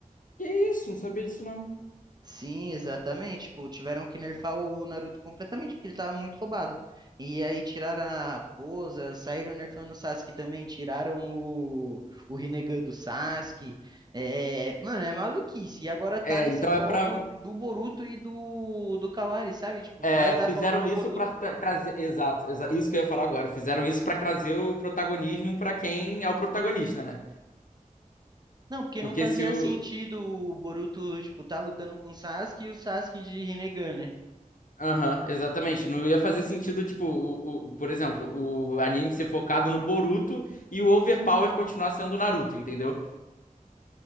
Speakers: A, on the left (about 70°); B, on the right (about 30°).
A: Que isso, não sabia disso não.
B: Sim, exatamente. Tipo, tiveram que nerfar o Naruto completamente, porque ele tava muito roubado. E aí tiraram a raposa, saíram nerfando o Sasuke também, tiraram o, o Rinnegan do Sasuke. É, mano, é maluquice. E agora tá
A: É,
B: nesse
A: então
B: foco
A: é pra.
B: do Boruto e do, do Kawari, sabe? Tipo,
A: é,
B: pra dar
A: fizeram
B: foco pro
A: isso
B: Boruto.
A: pra tra- trazer. Exato, exa- isso que eu ia falar agora. Fizeram isso pra trazer o protagonismo pra quem é o protagonista, né?
B: Não, porque
A: Porque
B: não fazia
A: se o.
B: sentido o Boruto, tipo, tá lutando com o Sasuke e o Sasuke de Rinnegan, né?
A: Aham, exatamente. Não ia fazer sentido, tipo, o, o- por exemplo, o anime ser focado no Boruto e o Overpower continuar sendo o Naruto, entendeu?